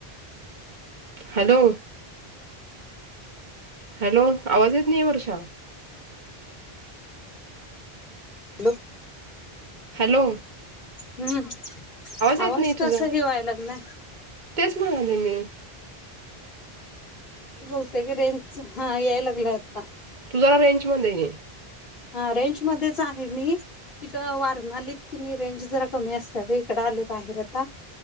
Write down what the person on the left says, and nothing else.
हॅलो
हम
आवाज
कसा हे व्हायला लागलाय
बोलतय का रेंज हा लागलाय आता
हा रेंज मध्येच आहे. मी इथं वारणालीत कि नाही रेंज जरा कमी असते ग इकड आले बाहेर आता